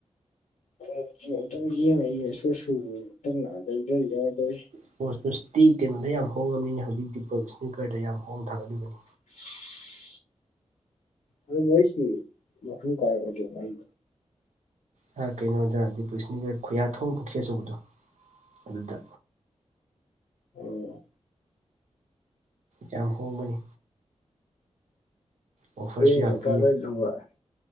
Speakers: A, on the left; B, on the right.
A: ꯐꯥꯔꯦꯁꯦ ꯑꯃꯇꯪ ꯌꯦꯡꯉꯥ <unintelligible> ꯅꯪ ꯂꯥꯛꯑꯒꯥ ꯌꯔꯣꯏꯗꯧꯔꯤ
B: ꯏꯁꯄꯣ ꯁꯨꯇꯁꯇꯤ ꯀꯩꯅꯣꯗ ꯌꯥꯝ ꯍꯣꯡꯉꯥꯝꯅꯤꯝꯅꯦ ꯍꯧꯖꯤꯛꯇꯤ ꯗꯤꯄꯛ ꯏꯁꯅꯤꯀꯔꯗꯥ ꯌꯥꯝꯅ ꯍꯣꯡꯅ ꯊꯥꯒꯠꯂꯤꯕꯅꯤ
A: <inaudible> ꯑꯗꯨ ꯃꯣꯏꯁꯤ ꯃꯐꯝ ꯀꯥꯏ ꯑꯣꯏꯗꯣꯕ ꯑꯩ
B: ꯍꯥ ꯀꯩꯅꯣꯗꯥ ꯗꯤꯄꯛ ꯏꯁꯅꯤꯀꯔ ꯈꯨꯌꯥꯊꯣꯡ ꯄꯨꯈꯤ ꯑꯆꯧꯕꯗꯣ ꯑꯗꯨꯗꯥ
A: ꯎꯝ
B: ꯌꯥꯝ ꯍꯣꯡꯕꯅꯤ ꯑꯣꯐꯔꯁꯨ
A: ꯍꯥꯌꯦꯡ
B: ꯌꯥꯝ
A: ꯆꯠꯀꯥꯟ
B: ꯄꯤ
A: ꯂꯣꯏ ꯂꯧꯔꯛꯑꯦ